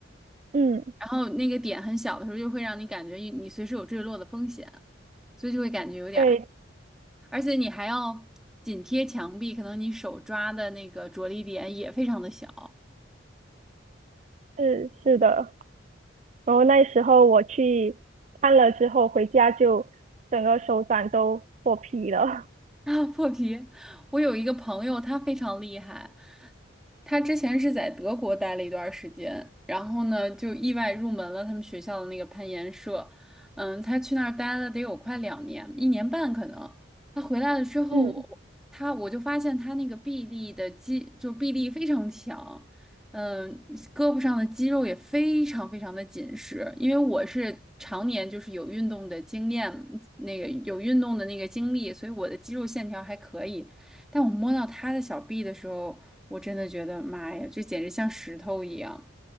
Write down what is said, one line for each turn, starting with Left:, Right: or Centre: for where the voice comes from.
Right: 嗯，
Centre: 然后那个点很小的时候，就会让你感觉你你随时有坠落的风险，所以就会感觉有点儿，
Right: 对，
Centre: 而且你还要紧贴墙壁，可能你手抓的那个着力点也非常的小，
Right: 是是的。然后那时候我去看了之后，回家就整个手掌都破皮了。
Centre: <laughs> 啊，破皮！我有一个朋友，他非常厉害。他之前是在德国待了一段儿时间，然后呢，就意外入门了他们学校的那个攀岩社。嗯，他去那儿待了得有快两年，一年半可能。他回来了之后，
Right: <laughs> 嗯。
Centre: 我他我就发现他那个臂力的肌，就臂力非常强。嗯，呃胳膊上的肌肉也非常非常的紧实，因为我是常年就是有运动的经验，那个有运动的那个经历，所以我的肌肉线条还可以。但我摸到他的小臂的时候，我真的觉得妈呀，就简直像石头一样。